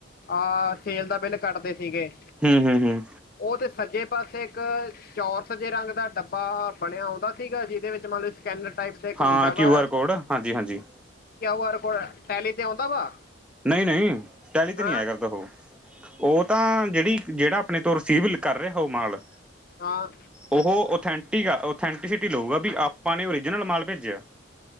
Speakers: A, on the left; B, in the centre.
A: ਆ ਤੇਲ ਦਾ ਬਿੱਲ ਕੱਟਦੇ ਸੀਗੇ।
B: ਹਮ- ਹਮ- ਹਮ।
A: ਉਹਦੇ ਸੱਜੇ ਪਾਸੇ ਇੱਕ ਚੋਰਸ ਜੇ ਰੰਗ ਦਾ ਡੱਬ ਡੱਬਾ ਬਣਿਆ ਆਉਂਦਾ ਸੀਗਾ, ਜਿਹਦੇ ਵਿੱਚ ਮੰਨ ਲਓ ਸਕੈਨਰ ਟਾਈਪ ਤੇ ਇੱਕ
B: ਹਾਂ
A: ਹੁੰਦਾ
B: ਕਿਊ
A: ਵਾ
B: ਆਰ ਕੋਡ ਹਾਂਜੀ- ਹਾਂਜੀ।
A: ਕਿਊਆਰ ਕੋਲ, ਟੈਲੀ ਤੇ ਆਉਂਦਾ ਵਾ?
B: ਨਹੀ- ਨਹੀ ਟਹਿਲੀ ਤੇ
A: ਹਾਂ
B: ਨਹੀਂ ਆਏਗਾ ਸਗੋਂ ਉਹ ਤਾਂ ਜਿਹੜੀ ਜੇੜਾ ਆਪਣੇ ਤੋਂ ਰਿਸੀਵ ਕਰ ਰਿਹਾ ਉਹ ਮਾਲ
A: ਹਾਂ।
B: ਉਹ, ਓਥੈੰਟਿਕ ਆ, ਓਥਟੀਸਿਟੀ ਲਉਗਾ, ਵੀ ਆਪਾਂ ਨੇ ਓਰੀਜਨਲ ਮਾਲ ਭੇਜਿਆ।